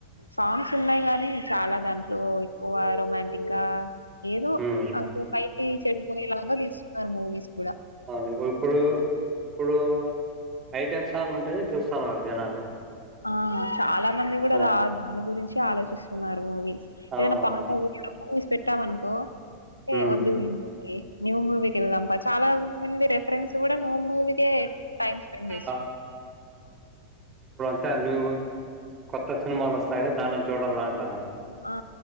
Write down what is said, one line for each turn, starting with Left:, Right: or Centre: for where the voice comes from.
Left: సాంగ్స్ ఉన్నాయి్ గాని చాలా దాంట్లో ఎక్కువ వారు రొమాంటిక్ గా ఏదో
Right: హ్మ్
Left: ఆ సొసైటీ చెడిపోయేలాగా తీసతున్నారు మూవీస్ కూడ
Right: అవును ఇప్పుడు ఇప్పుడు ఐటమ్ సాంగ్ ఉంటేనే చూస్తున్నారు జనాలు
Left: ఆ చాలా మంది కూడా
Right: ఆ
Left: దాని గురించి ఆలోచిస్తున్నారు మూవీస్ ఏదైనా
Right: అవునవును
Left: పాట స్ పె ఇట్టా మనకు
Right: హ్మ్
Left: ఏ వద్దు న్యూ మూవీకి వెళ్దాం చాలా మంది రెఫరెన్స్ కూడ న్యూ మూవీ కే టైమ్ స్పెండ్ చేస్తున్నారు
Right: అ ఇను కొత్త సినిమాలు వస్తాయి దానించి చూడల్ల అంటన్నారు
Left: ఆ